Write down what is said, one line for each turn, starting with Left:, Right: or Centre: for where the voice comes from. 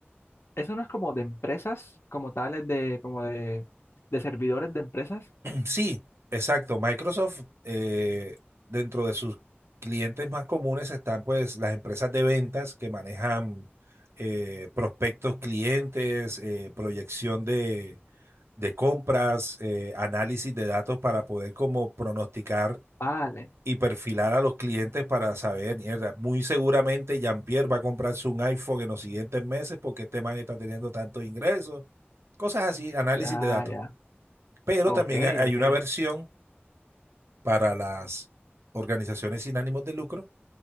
Left: Eso no es como de empresas, como tales de, como de, de servidores de empresas.
Right: sí, exacto, Microsoft eh, dentro de sus clientes más comunes están pues las empresas de ventas que manejan eh, prospectos clientes, eh, proyección de, de compras, eh, análisis de datos para poder como pronosticar
Left: Vale,
Right: y perfilar a los clientes para saber, mierda, muy seguramente Jean-Pierre va a comprarse un iPhone en los siguientes meses porque este man está teniendo tantos ingresos, cosas así, análisis
Left: ya,
Right: de datos.
Left: ya.
Right: Pero
Left: Ok,
Right: también ha- hay
Left: ok.
Right: una versión para las organizaciones sin ánimos de lucro,